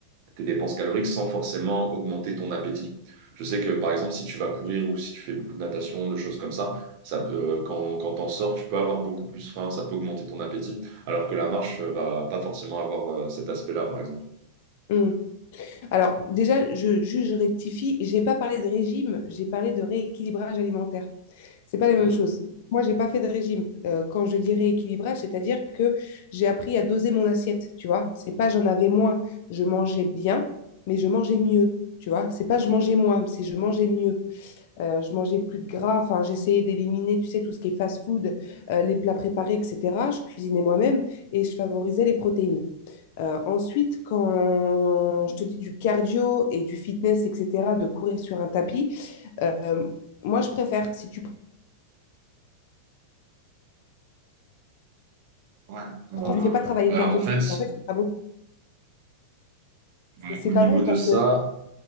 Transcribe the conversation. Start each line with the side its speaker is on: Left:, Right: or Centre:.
Right: tes dépenses caloriques sans forcément augmenter ton appétit. Je sais que par exemple, si tu vas courir ou si tu fais beaucoup de natation, de choses comme ça, ça peut, euh, quand, quand t'en sors, tu peux avoir beaucoup plus faim, ça peut augmenter ton appétit, alors que la marche euh, va pas forcément avoir euh, cet aspect-là, par exemple.
Left: hum, alors déjà, je, juste, je rectifie, j'ai pas parlé de régime, j'ai parlé de rééquilibrage alimentaire. C'est pas la même
Right: Hmm.
Left: chose. Moi, j'ai pas fait de régime. Euh, quand je dis rééquilibrage, c'est-à-dire que j'ai appris à doser mon assiette, tu vois. C'est pas j'en avais moins, je mangeais bien, mais je mangeais mieux, tu vois. C'est pas je mangeais moins, c'est je mangeais mieux. Euh, je mangeais plus de gras, enfin, j'essayais d'éliminer, tu sais, tout ce qui est fast-food, euh, les plats préparés, etc. Je cuisinais moi-même et je favorisais les protéines. Euh, ensuite, quand je te dis du cardio et du fitness, etc., de courir sur un tapis, euh, moi, je préfère, si tu
Right: Ouais. Euh,
Left: je lui fais pas travailler
Right: bah,
Left: le cardio.
Right: en fait,
Left: En fait, c'est pas bon.
Right: euh,
Left: C'est c'est
Right: au niveau
Left: pas bon
Right: de
Left: parce
Right: ça,
Left: que,